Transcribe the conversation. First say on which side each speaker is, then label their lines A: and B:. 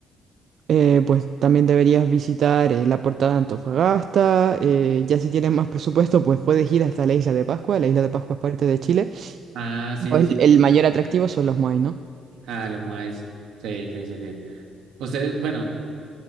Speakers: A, on the right (about 50°); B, on the right (about 80°).
A: Eh, pues también deberías visitar eh, la Portada de Antofagasta, eh, ya si tienes más presupuesto, pues puedes ir hasta la Isla de Pascua, la Isla de Pascua es parte de Chile.
B: Ah, sí,
A: Pues
B: sí.
A: el mayor atractivo son los moai, ¿no?
B: Ah, los Moais. Sí, sí, sí, sí. Ustedes, bueno,